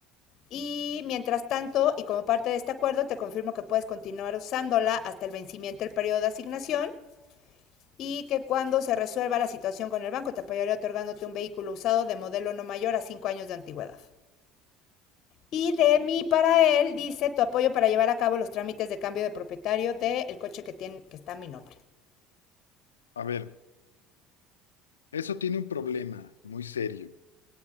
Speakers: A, on the left; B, on the left.
A: Y mientras tanto, y como parte de este acuerdo, te confirmo que puedes continuar usándola hasta el vencimiento del periodo de asignación y que cuando se resuelva la situación con el banco te apoyaré otorgándote un vehículo usado de modelo no mayor a 5 años de antigüedad. Y de mí para él dice tu apoyo para llevar a cabo los trámites de cambio de propietario del coche que, tiene, que está a mi nombre.
B: A ver, eso tiene un problema muy serio.